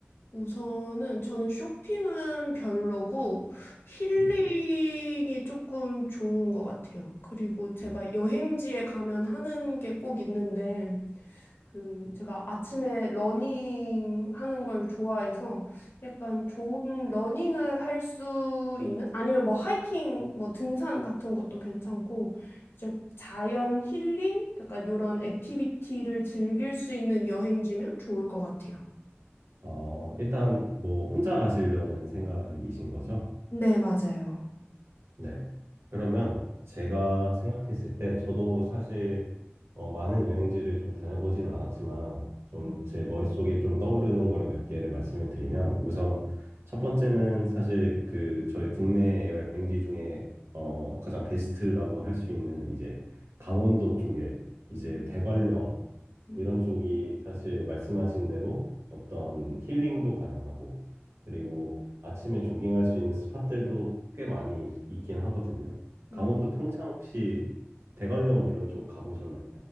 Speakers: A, on the left; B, on the right.
A: 우선은 저는 쇼핑은 별로고 힐링이
B: 네.
A: 조금 좋은 것 같아요. 그리고 제가
B: 음.
A: 여행지에 가면 하는 게 꼭 있는데 그 제가 아침에 러닝 하는 걸 좋아해서 약간 좋은 러닝을 할 수 있는 아니면 뭐 하이킹 뭐 등산 같은 것도 괜찮고 이제 자연 힐링 약간 요런 액티비티를 즐길 수 있는 여행지면 좋을 것 같아요.
B: 어, 일단 뭐 혼자 가시려는 생각이신 거죠?
A: 네, 맞아요.
B: 네. 그러면 제가
A: 음,
B: 생각했을 때 저도 사실 어, 많은 여행지를 좀 다녀보진 않았지만 좀
A: 음,
B: 제 머릿속에 좀 떠오르는 거를 몇 개를 말씀을 드리면 우선 첫 번째는 사실 그 저희 국내 여행지 중에 어, 가장 베스트라고 할 수 있는 이제 강원도 쪽에 이제
A: 음,
B: 대관령
A: 음,
B: 이런 쪽이 사실 말씀하신 대로 어떤 힐링도 가능하고 그리고 아침에 조깅할 수 있는 스팟들도 꽤 많이 있긴 하거든요. 강원도
A: 음.
B: 평창 혹시 대관령 이런 쪽 가보셨나요?